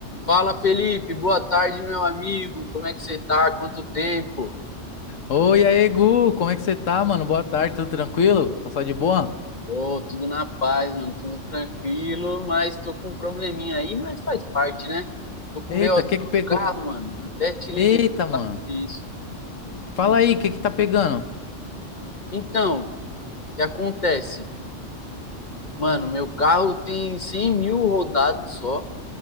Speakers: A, on the left; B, on the left.
A: Fala, Felipe. Boa tarde, meu amigo. Como é que você tá? Quanto tempo?
B: Oi, aí, Gu, como é que você tá, mano? Boa tarde, tudo tranquilo? Tá só de boa?
A: Ô, tudo na paz, mano. Tudo tranquilo, mas tô com um probleminha aí, mas faz parte, né? Tô com
B: Eita,
A: um BOzinho
B: o que que pegou?
A: no carro, mano. Até te liguei
B: Eita,
A: pra
B: mano.
A: falar sobre isso.
B: Fala
A: Hum.
B: aí, o que que tá pegando?
A: Então, o que acontece? Mano, meu carro tem 100 mil rodados só.